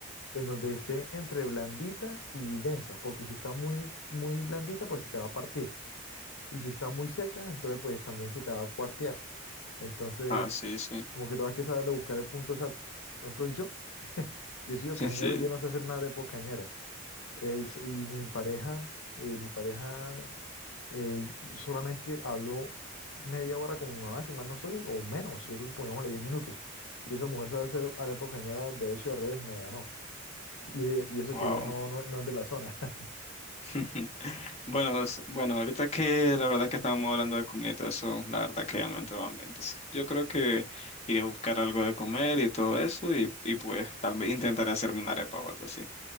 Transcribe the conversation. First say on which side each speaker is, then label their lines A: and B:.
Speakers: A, on the left; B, on the left.
A: en donde esté entre blandita y densa, porque si está muy, muy blandita, pues se te va a partir. Y si está muy seca, entonces pues también se te va a cuartear. Entonces,
B: Ah, sí, sí,
A: como que todavía que saber buscar el punto exacto. Por ejemplo, yo, <laughs> yo he sido
B: <laughs> sí,
A: cañero,
B: sí.
A: yo no sé hacer una arepa cañera. Es, y mi pareja, eh, mi pareja eh, solamente habló media hora con mi mamá, si mal no estoy, o menos, yo creo que pongámosle 10 minutos. Y esa mujer sabe hacer arepa cañera derecho y al revés, me ganó. Y, y eso
B: Wow.
A: que ya no, no, no es de la zona. <laughs>
B: <laughs> Bueno, es- bueno, ahorita que la verdad que estábamos hablando de comida y todo eso, la verdad que ya me entró hambre. Entonces, yo creo que iré a buscar algo de comer y todo eso y, y pues tal vez intentaré hacerme una arepa o algo así.